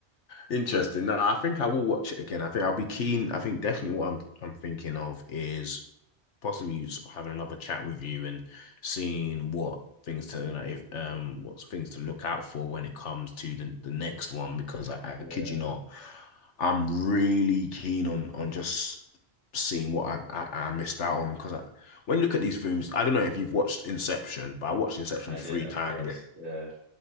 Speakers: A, on the left (about 85°); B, on the right (about 75°).
A: Interesting. No, I think I will watch it again. I think I'll be keen. I think definitely what I'm I'm thinking of is possibly sort of having another chat with you and seeing what things to like, if, um what's things to look out for when it comes to the, the next one because I, I
B: Yeah,
A: kid you not, I'm really keen on on just seen what I, I, I missed out on because I, when you look at these films, I don't know if you've watched Inception, but I watched Inception
B: I
A: three
B: did, of
A: times
B: course. Yeah,